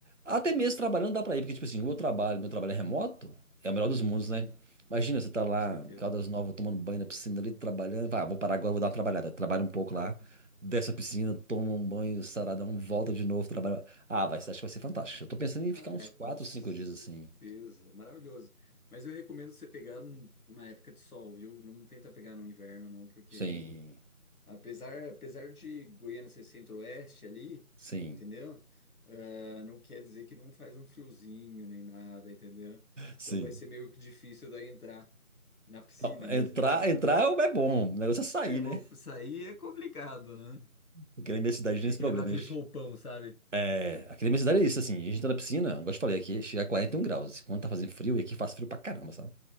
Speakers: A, on the right; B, on the left.
A: Até mesmo trabalhando dá pra ir, porque tipo assim, o meu trabalho, meu trabalho é remoto, é o melhor dos mundos,
B: sim,
A: né? Imagina, você tá lá
B: com certeza.
A: em Caldas Novas tomando banho na piscina ali, trabalhando. Vai, "Ah, vou parar agora, vou dar uma trabalhada. Trabalha um pouco lá, desce a piscina, toma um banho saradão, volta de novo, trabalha. Ah, vai, acho que vai ser fantástico. Eu tô pensando em
B: Ah,
A: ficar uns
B: é,
A: quatro,
B: com certeza.
A: cinco dias assim.
B: É Maravilhoso. Mas eu recomendo você pegar num- numa época de sol, viu? Não tenta pegar no inverno, não, porque
A: Sim,
B: apesar, apesar de Goiânia ser centro-oeste ali,
A: sim,
B: entendeu? Ah, não quer dizer que não faz um friozinho nem nada, entendeu?
A: sim.
B: Então vai ser meio que difícil daí entrar na piscina
A: Não,
B: mesmo.
A: entrar, entrar é bom, o negócio é sair,
B: É, bom,
A: né?
B: sair é complicado, né?
A: Porque na minha cidade
B: Vai
A: tem
B: ter
A: esse
B: que
A: problema.
B: levar aqueles
A: gente-
B: roupão, sabe?
A: É, aqui na minha cidade é isso, assim, a gente entra na piscina, igual eu te falei, aqui chega a 41 graus. Quando tá fazendo frio, e aqui faz frio pra caramba, sabe?